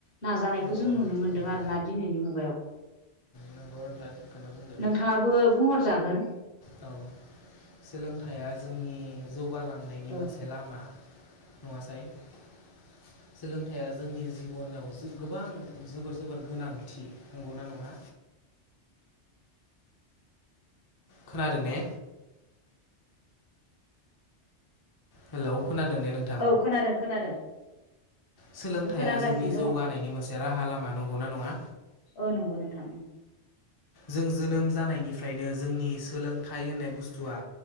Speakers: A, on the left; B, on the left.
A: नाजानायखौ
B: औ
A: जों
B: औ
A: नुनो मोनदों
B: नंगौ
A: आरोना दिनैनि मुगायाव
B: नंगौ नोंथाङा थिगखौनो बुंदों
A: नोंथाङाबो बुंहरजागोन
B: औ सोलोंथाइया जोंनि जौगालांनायनि
A: औ
B: मोनसे लामा नङासाय <inaudible> सोलोंथाइया जोंनि जिबनाव गोबां जोबोर जोबोर गोनांथि नंगौना नङा खोनादों ने हेल' खोनादों ने नों
A: औ खोनादों खोनादों
B: सोलोंथाइया
A: आं खोनागासिनो
B: जोंनि
A: दङ
B: जौगानायनि मोनसे राहा लामा नंगौ ना नङा
A: औ नंगौ नोंथां
B: जों जोनोम जानायनिफ्रायनो जोंनि सोलोंथाइ होननाय बुस्थुआ